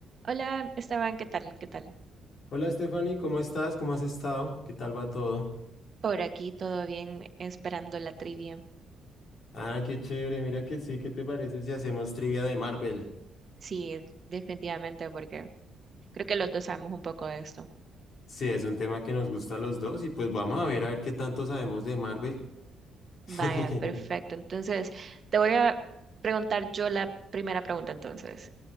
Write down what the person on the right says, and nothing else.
Hola, Esteban, ¿qué tal? ¿Qué tal?
Por aquí todo bien, esperando la trivia.
Sí, definitivamente, porque creo que los dos sabemos un poco de esto.
Vaya,
perfecto. Entonces, te voy a preguntar yo la primera pregunta entonces.